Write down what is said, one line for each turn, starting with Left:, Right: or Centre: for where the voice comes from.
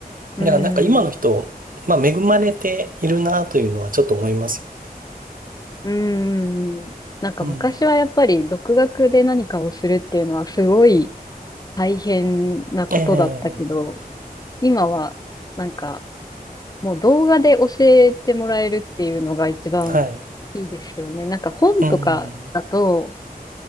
Left: うん、
Right: だからなんか今の人、まあ恵まれているなというのはちょっと思います
Left: うん。なんか昔はやっぱり独学で何かをするっていうのはすごい
Right: よね。
Left: 大変なことだったけど、
Right: うん。ええ
Left: 今はなんかもう動画で教えてもらえるっていうのが一番いいですよね。
Right: はい。
Left: なんか本とかだと、
Right: うん。